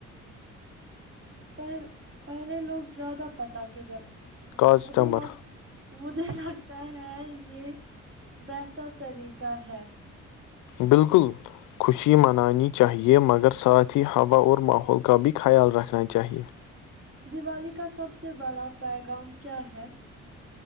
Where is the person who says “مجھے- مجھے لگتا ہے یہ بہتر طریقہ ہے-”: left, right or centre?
Right